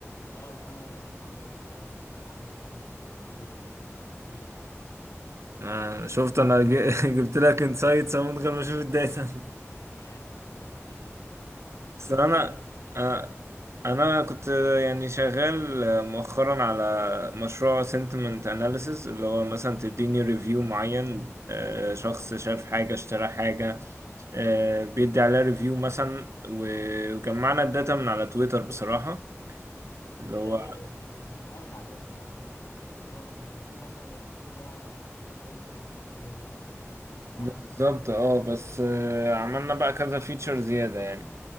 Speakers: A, on the left; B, on the right.
A: اه كمان ما بيعملوش موضوع ديسكاونتس راس السنة والحاجات دي ما ما فيش خالص
B: انا شفت انا جي- <laughs> جبت لك انسايتس من غير ما اشوف الداتا
A: جامد والله <laughs>
B: بس
A: انت
B: انا
A: ايه بتتكلم على
B: انا
A: ايه الايام دي
B: أنا كنت يعني شغال مؤخرا على مشروع sentiment analysis اللي هو مثلا تديني ريفيو معين آه، شخص شاف حاجة اشترى حاجة آه، بيدي عليها ريفيو مثلا و- وجمعنا الداتا من على تويتر بصراحة اللي
A: ايه
B: هو
A: ده ايه ده ايه ده ايه ده انا اشتغلت على داتا شبه كده قبل كده اللي هو كنت بتقول مثلا الريفيو ده بوزيتيف او نيجاتيف او نيوترال صح
B: بالظبط اه بس آه، عملنا بقى كذا فيتشر زيادة يعني